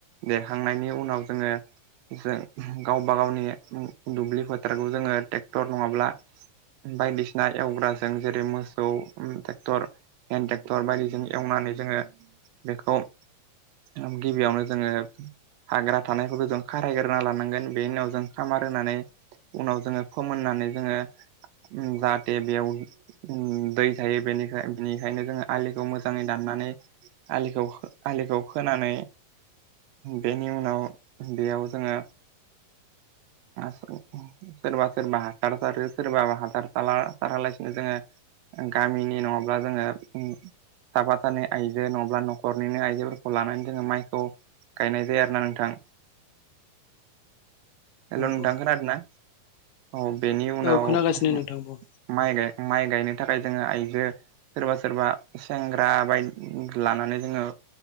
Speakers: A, on the right; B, on the left.
A: देरखांनायनि उनाव जोङो जों गावब गावनि दुब्लि फोथारखौ जोङो ट्रेक्टर नङाब्ला बायदिसिना एवग्राजों जेरै मोसौ ट्रेक्टर हेन्द ट्रेक्टर बायदिजों एवनानै जोङो बेखौ थाम गिबियावनो जोडो हाग्रा थानायफोरखौ जों खारायग्रोना लानांगोन बेनि उनाव जों खामार होनानै उनाव जोङो फोमोननानै जोङो जाहाथे बेयाव दै थायो बेनिखाय बेनिखायनो जोङो आलिखौ मोजाङै दाननानै आलिखौ आलिखौ खोनानै बेनि उनाव बेयाव जोङो सोरबा सोरबा हासार सारो सोरबा हासार सारालासिनो जोङो गामिनि नङाब्ला जोङो ओ सााबा सानै आइजो नङाब्ला न'खरनिनो आइजोफोरखौ लानानै जोङो माइखौ गायनाय जायो आरोना नोंथां। हेल'
B: औ
A: नोंथां
B: औ
A: खोनादों ना औ बेनि उनाव
B: खोनागासिनो नोंथां बुं
A: माइ गाय माइ गायनो थाखाय जोङो आइजो सोरबा सोरबा सेंग्रा बायदि लानानै जोङो